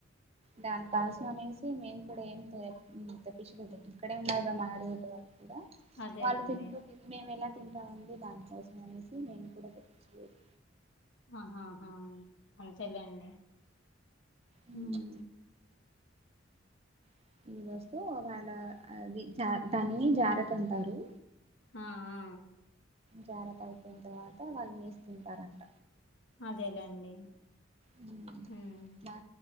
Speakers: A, on the right; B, on the left.
A: దాని కోసం అనేసి మేము కూడా ఏం తెప్పించలేదు ఇక్కడే ఉన్నారుదా మా ఆడబిడ్డ వాళ్ళు కూడా
B: అదేలేండి.
A: వాళ్ళు తినకపోతే మేము ఎలా తింటామండి దానికోసం అనేసి మేము కూడా తెప్పించలేదు
B: ఆహాహా అంతేలేండి
A: ఊ
B: హ్మ్.
A: హ ఇ వస్తూ ఒకలా అది జా దానిని జారతుంటారు
B: ఆ ఆ
A: జాగ్రత్త అయిపోయిన తర్వాత వాళ్ళు నీస్ తింటారంట
B: అదేలేండి
A: ఊ
B: హ్మ్.
A: బా